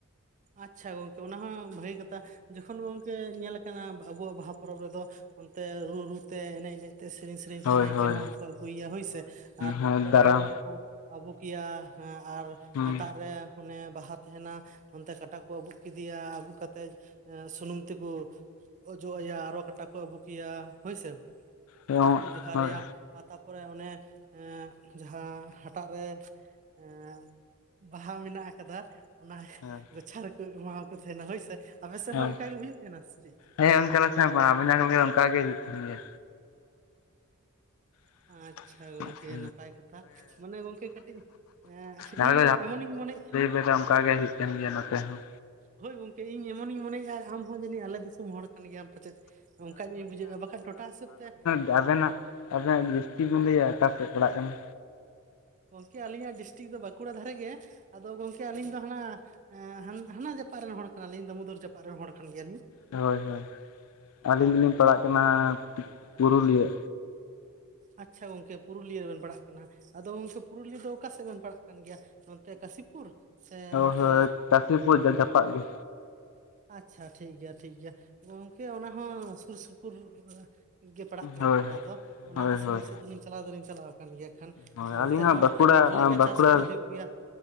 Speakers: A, on the right (about 35°); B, on the left (about 70°).
A: ᱟᱪᱪᱷᱟ ᱜᱚᱝᱠᱮ ᱚᱱᱟ ᱦᱚᱸ ᱵᱷᱟᱜᱮ ᱠᱟᱛᱷᱟ᱾ ᱡᱚᱠᱷᱚᱱ ᱜᱚᱝᱠᱮ ᱧᱮᱞᱟ ᱟᱠᱟᱱᱟ ᱵᱟᱹ ᱟᱹᱵᱩᱣᱟᱜ ᱵᱟᱦᱟ ᱯᱚᱨᱚᱵᱽ ᱨᱮᱫᱚ ᱚᱱᱛᱮ ᱨᱩ ᱨᱩ ᱛᱮ ᱮᱱᱮᱡ ᱮᱱᱮᱡ ᱛᱮ ᱥᱮᱨᱮᱧ ᱥᱮᱨᱮᱧ
B: ᱦᱳᱭ
A: ᱛᱮ ᱱᱟᱭᱠᱮ
B: ᱦᱳᱭ
A: ᱦᱟᱲᱟᱢ ᱠᱚ ᱟᱹᱜᱩᱭᱮᱭᱟ ᱦᱳᱭ ᱥᱮ ᱟᱨ ᱛᱟᱯᱚᱨᱮ
B: ᱦᱳᱭ ᱫᱟᱨᱟᱢ
A: ᱚᱲᱟᱜ ᱚᱲᱟᱜ ᱠᱚ ᱟᱵᱩᱠ‌ᱮᱭᱟ᱾ ᱦᱮᱸ ᱟᱨ
B: ᱦᱩᱸ
A: ᱦᱟᱴᱟᱜ ᱨᱮ ᱚᱱᱮ ᱵᱟᱦᱟ ᱛᱟᱦᱮᱱᱟ ᱚᱱᱛᱮ ᱠᱟᱴᱟ ᱠᱚ ᱟᱹᱵᱩᱜ ᱠᱤᱫᱤᱭᱟ ᱟᱹᱵᱩᱜ ᱠᱟᱛᱮᱜ ᱮᱸ ᱥᱩᱱᱩᱢ ᱛᱮᱠᱚ ᱚᱡᱚᱜ ᱟᱭᱟ ᱟᱨᱚ ᱠᱟᱴᱟᱠ ᱠᱚ ᱟᱹᱵᱩᱠᱮᱭᱟ ᱦᱳᱭ ᱥᱮ
B: ᱦᱳᱭ
A: ᱟᱨ ᱠᱚ ᱡᱚᱦᱟᱨᱟᱭᱟ᱾ ᱟᱨ ᱛᱟᱨᱯᱚᱨᱮ ᱚᱱᱮ ᱮᱸᱫ ᱡᱟᱦᱟᱸ ᱦᱟᱴᱟᱜ ᱨᱮ ᱮᱸᱜ ᱵᱟᱦᱟ ᱢᱤᱱᱟᱜ ᱟᱠᱟᱫᱟ ᱚᱱᱟ‌ᱦ
B: ᱦᱮᱸ᱾
A: ᱜᱚᱪᱷᱟ ᱨᱮᱠᱩ ᱮᱢᱟᱣᱟᱠᱚ ᱛᱟᱦᱮᱱᱟ ᱦᱳᱭ ᱥᱮ, ᱟᱯᱮ ᱥᱮᱫ
B: ᱦᱳᱭ
A: ᱦᱚᱸ ᱚᱱᱠᱟ ᱜᱮ ᱦᱩᱭᱩᱜ ᱛᱟᱦᱮᱱᱟ ᱥᱮ ᱪᱤᱜ?
B: ᱦᱮᱸ ᱚᱱᱠᱟ ᱟᱞᱮᱥᱮᱱ ᱵᱟᱝ ᱟᱵᱮᱱ ᱡᱟᱦᱟᱸ ᱠᱟ ᱞᱟᱹᱭ ᱠᱮᱫᱟ ᱚᱱᱠᱟ‌ ᱜᱮ ᱦᱩᱭᱩᱜ ᱛᱟᱦᱮᱱ ᱜᱮᱭᱟ᱾ <unintelligible>
A: ᱟᱪᱪᱷᱟ ᱜᱚᱝᱠᱮ ᱱᱟᱯᱟᱭ ᱠᱟᱛᱷᱟ ᱢᱟᱱᱮ ᱜᱚᱝᱠᱮ ᱠᱟᱹᱴᱤᱡ ᱦᱮᱸ
B: ᱞᱟᱹᱭ
A: ᱤᱧ ᱮᱢᱚᱱᱤᱧ ᱢᱚᱱᱮᱭᱮᱫ
B: ᱵᱮᱫᱟᱢ ᱚᱱᱠᱟ ᱜᱮ ᱦᱩᱭᱩᱜ ᱠᱟᱱ ᱜᱮᱭᱟ ᱱᱚᱛᱮ ᱦᱚᱸ᱾
A: ᱦᱳᱭ ᱜᱚᱝᱠᱮ ᱤᱧ ᱮᱢᱚᱱᱤᱧ ᱢᱚᱱᱮᱭᱮᱜ-ᱟ ᱟᱢ ᱦᱚᱸ ᱡᱟᱹᱱᱤᱡ ᱟᱞᱮ ᱫᱤᱥᱚᱢ ᱦᱚᱲ ᱠᱟᱱ ᱜᱮᱭᱟᱢ᱾ ᱯᱟᱪᱮᱡ ᱚᱱᱠᱟ ᱧᱚᱜ ᱤᱧ ᱵᱩᱡᱷᱟᱹᱣᱮᱜ-ᱟ ᱵᱟᱠᱷᱟᱱ ᱴᱚᱴᱷᱟ ᱦᱤᱥᱟᱹᱵᱽ ᱛᱮ
B: ᱡᱮ ᱟᱵᱮᱱᱟᱜ ᱟᱵᱮᱱᱟᱜ ᱰᱤᱥᱴᱤᱠ ᱵᱤᱱ ᱞᱟᱹᱭᱟ ᱚᱠᱟ ᱥᱮᱫ ᱯᱟᱲᱟᱜ ᱠᱟᱱᱟ?
A: ᱜᱚᱝᱠᱮ ᱟᱹᱞᱤᱧᱟᱜ ᱰᱤᱥᱴᱤᱠ ᱫᱚ ᱵᱟᱸᱠᱩᱲᱟ ᱫᱷᱟᱨᱮ ᱜᱮ᱾ ᱟᱫᱚ ᱜᱚᱝᱠᱮ ᱟᱹᱞᱤᱧ ᱫᱚ ᱦᱟᱱᱟ ᱮᱸ ᱦᱟᱱ ᱦᱟᱱᱟ ᱡᱟᱯᱟᱜ ᱨᱮᱱ ᱦᱚᱲ ᱠᱟᱱᱟ ᱞᱤᱧ ᱫᱟᱹᱢᱩᱫᱚᱨ ᱡᱟᱯᱟᱜ ᱨᱮᱱ ᱦᱚᱲ ᱠᱟᱱ ᱜᱮᱭᱟ ᱞᱤᱧ᱾
B: ᱦᱳᱭ ᱦᱳᱭ ᱟᱞᱤᱧ ᱫᱚᱞᱤᱧ ᱯᱟᱲᱟᱜ ᱠᱟᱱᱟ ᱯᱩ ᱯᱩᱨᱩᱞᱤᱭᱟᱹ᱾
A: ᱟᱪᱪᱷᱟ ᱜᱚᱝᱠᱮ ᱯᱩᱨᱩᱞᱤᱭᱟᱹ ᱨᱮᱵᱮᱱ ᱯᱟᱲᱟᱜ ᱠᱟᱱᱟ᱾ ᱟᱫᱚ ᱜᱚᱝᱠᱮ ᱯᱩᱨᱩᱞᱤᱭᱟᱹ ᱫᱚ ᱚᱠᱟ ᱥᱮᱜ ᱵᱮᱱ ᱯᱟᱲᱟᱜ ᱠᱟᱱ ᱜᱮᱭᱟ ᱱᱚᱱᱛᱮ ᱠᱟᱹᱥᱤᱯᱩᱨ ᱥᱮ
B: ᱦᱳᱭ
A: ᱱᱚᱱᱛᱮ
B: ᱦᱳᱭ ᱠᱟᱥᱤᱯᱩᱨ ᱡᱟᱯᱟᱜ ᱜᱮ
A: ᱟᱪᱪᱷᱟ ᱴᱷᱤᱠ ᱜᱮᱭᱟ ᱴᱷᱤᱠ ᱜᱮᱭᱟ᱾ ᱜᱚᱝᱠᱮ ᱚᱱᱟ ᱦᱚᱸ ᱥᱩᱨ ᱥᱩᱯᱩᱨ ᱨᱮ ᱜᱮ ᱯᱟᱲᱟᱜ ᱠᱟᱱᱟ
B: ᱦᱳᱭ
A: ᱯᱟᱲᱟᱣ ᱫᱚ᱾ ᱚᱱᱟ
B: ᱦᱳᱭ
A: ᱫᱤᱥᱚᱢ
B: ᱦᱳᱭ
A: ᱥᱮᱫ ᱫᱚᱞᱤᱧ ᱪᱟᱞᱟᱣ ᱫᱚᱞᱤᱧ ᱪᱟᱞᱟᱣ ᱟᱠᱟᱱ ᱜᱮᱭᱟ᱾ ᱠᱷᱟᱱ
B: ᱦᱳᱭ ᱟᱹᱞᱤᱧ
A: ᱚᱱᱛᱮ ᱦᱚᱸ
B: ᱵᱟᱸᱠᱩᱲᱟ
A: ᱵᱷᱟᱞᱮ ᱜᱮ
B: ᱵᱟᱸᱠᱩᱲᱟ
A: ᱪᱟᱥ ᱠᱚᱫᱚ ᱦᱩᱭᱩᱜ ᱜᱮᱭᱟ᱾